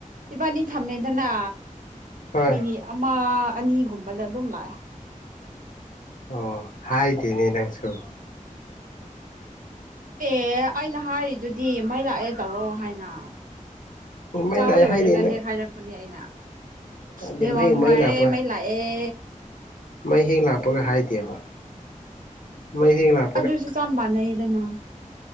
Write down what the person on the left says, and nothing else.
ꯍꯣꯏ
ꯑꯣ ꯍꯥꯏꯗꯦꯅꯦ ꯅꯪꯁꯨ
ꯃꯩ
ꯂꯥꯛꯑꯦ
ꯍꯥꯏꯗꯦ ꯅꯪ
ꯑꯗꯩ
ꯃꯩ
ꯂꯥꯛꯄ
ꯃꯩ ꯍꯦꯛ ꯂꯥꯛꯄꯒ ꯍꯥꯏꯗꯦꯕ ꯃꯩ ꯍꯦꯛ ꯂꯥꯛ